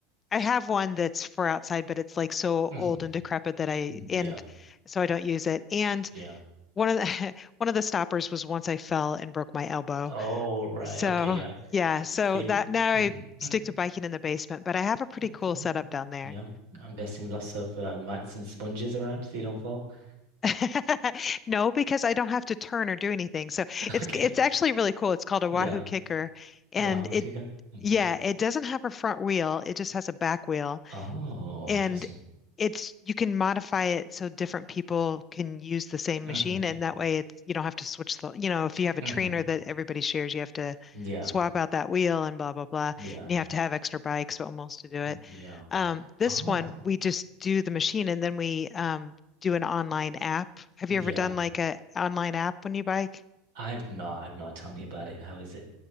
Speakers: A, on the left; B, on the right.
A: I have one that's for outside, but it's like so
B: Mhm.
A: old and decrepit that I
B: Yeah.
A: and so I don't use it. And
B: Yeah.
A: one of the <laughs> one of the stoppers was once I fell and broke my elbow.
B: Oh, right.
A: So
B: Okay, yeah.
A: yeah, so
B: Save.
A: that now I
B: mhm.
A: stick to biking in the basement, but I have a pretty
B: Oh,
A: cool
B: mm,
A: setup down there.
B: Yeah, I'm guessing lots of uh, mats and sponges around so you don't fall. <laughs>
A: <laughs> No, because I don't have to turn or do anything. So it's
B: okay.
A: it's actually really cool. It's called a
B: Yeah,
A: Wahoo Kicker, and
B: Wahoo
A: it
B: Kiga. hmm
A: yeah, it doesn't have a front wheel. It just has a back wheel,
B: Oh,
A: and
B: interesting.
A: it's you can modify it so different people can use the same
B: hmm
A: machine, and that way it's you don't have to switch the, you know, if you have a
B: hmm
A: trainer that everybody shares, you have to
B: Yeah,
A: swap out that wheel and blah blah blah,
B: yeah,
A: and you have to have extra bikes almost to do it.
B: mm, yeah.
A: Um, this
B: Oh,
A: one we just do the machine and then we um, do an online app. Have
B: yeah.
A: you ever done like a online app when you bike?
B: I've not. I've not. Tell me about it. How is it?